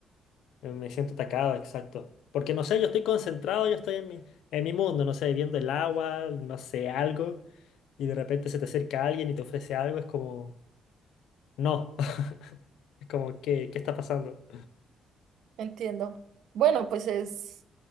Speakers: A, on the left; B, on the right.
A: Me siento atacado, exacto. Porque no sé, yo estoy concentrado, yo estoy en mi, en mi mundo, no sé, viendo el agua, no sé, algo, y de repente se te acerca alguien y te ofrece algo, es como, no, <laughs> es como, ¿qué, qué está pasando?
B: Entiendo. Bueno, pues es,